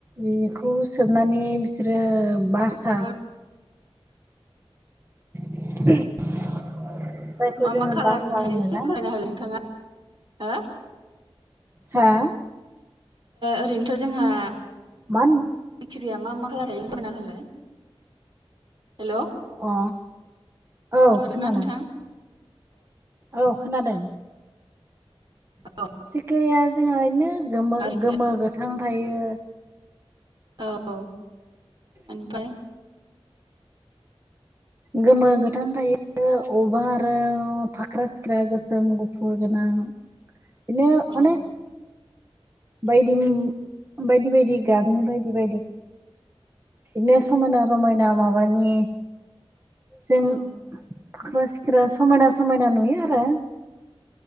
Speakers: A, on the right; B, on the right.
A: बेखौ सोबनानै बिसोरो बासा
B: ओमफाय
A: <inaudible>
B: मा मा खाालारनि
A: बासा
B: थायो
A: होनोना
B: एसे फरायना होलाय नोंथाङा हो
A: हा
B: ओरैनोथ' जोंहा
A: मान
B: सिखिरिया मा मा खालार थायो फोरमायना होलाय हेल'
A: अ औ
B: खोनादोंना
A: खोनादों।
B: नोंथां
A: औ खोनादों।
B: उम
A: सिखिरिया जोंहा बिदिनो गोमो
B: ओरैनो
A: गोमो गोथां थायो
B: औ ओमफ्राय
A: गोमो गोथां थायो औ अबेबा आरो फाखा सिख्रा गोसोम गुफुर बिदिनो
B: औ
A: अने बायदि बायदि बायदि गाबनि बायदि बायदि बिदिनो समायना रमायना माबानि जों
B: औ
A: फाख्रा सिख्रा समायना समायना नुयो आरो